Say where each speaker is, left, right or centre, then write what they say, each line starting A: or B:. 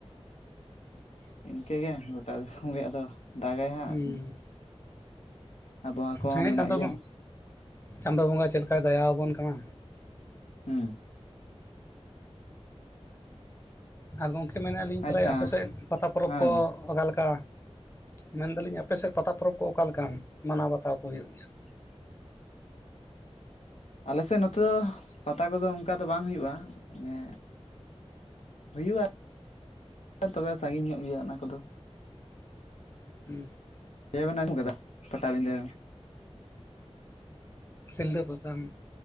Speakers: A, on the left; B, on the left.
A: ᱤᱱᱠᱟᱹᱜᱮ ᱜᱳᱴᱟ ᱥᱚᱸᱜᱮ ᱟᱫᱚ ᱫᱟᱜᱟᱭ ᱦᱟᱸᱜ
B: ᱦᱩᱸ
A: ᱟᱨ ᱵ ᱦᱟ ᱠᱚ
B: ᱦᱮᱸ
A: ᱢᱮᱱᱟᱜ
B: ᱪᱟᱸᱫᱳ
A: ᱜᱮᱭᱟ
B: ᱪᱟᱸᱫᱳ ᱵᱚᱸᱜᱟ ᱪᱮᱫᱠᱟᱭ ᱫᱟᱭᱟ ᱟᱵᱚᱱ ᱠᱟᱱᱟ
A: ᱦᱩᱸ
B: ᱟᱨ ᱜᱚᱝᱠᱮ ᱢᱮᱱᱮᱫᱼᱟ ᱞᱤᱧ ᱛᱟᱦᱚᱞᱮ
A: ᱟᱪᱪᱷᱟ
B: ᱟᱯᱮᱮᱥᱮᱫ ᱯᱟᱛᱟ ᱯᱚᱨᱚᱵᱽ
A: ᱦᱮᱸ
B: ᱚᱠᱟ ᱞᱮᱠᱟ ᱢᱮᱱᱫᱟᱞᱤᱧ ᱟᱯᱮ ᱥᱮᱫ ᱯᱟᱛᱟ ᱯᱚᱨᱚᱵᱽ ᱠᱚ ᱚᱠᱟᱞᱮ ᱞᱮᱠᱟ ᱢᱟᱱᱟᱣ ᱵᱟᱛᱟᱣ ᱠᱚ ᱦᱩᱭᱩᱜ ᱜᱮᱭᱟ
A: <unintelligible> ᱟᱞᱮ ᱥᱮᱫ ᱱᱚᱛᱮ ᱫᱚ ᱯᱟᱛᱟ ᱠᱚᱫᱚ ᱚᱱᱠᱟ ᱫᱚ ᱵᱟᱝ ᱦᱩᱭᱩᱜᱼᱟ ᱢᱟᱱᱮ ᱦᱩᱭᱩᱜᱼᱟ ᱛᱚᱵᱮ ᱥᱟᱺᱜᱤᱧ ᱧᱚᱜ ᱜᱮᱭᱟ ᱚᱱᱟ ᱠᱚᱫᱚ
B: ᱩ
A: ᱡ ᱱᱟᱜᱩ ᱠᱟᱫᱟ ᱯᱴᱵᱤᱱᱫᱟᱹ
B: ᱥᱤᱞᱫᱟᱹ ᱯᱟᱛᱟᱢ